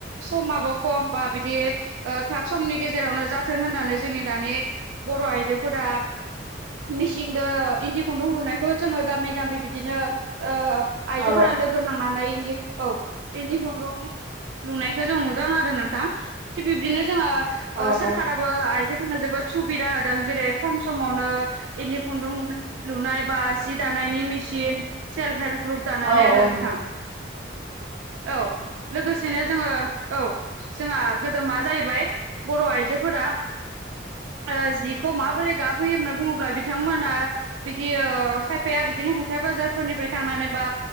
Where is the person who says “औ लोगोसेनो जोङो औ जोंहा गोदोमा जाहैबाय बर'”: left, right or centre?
Right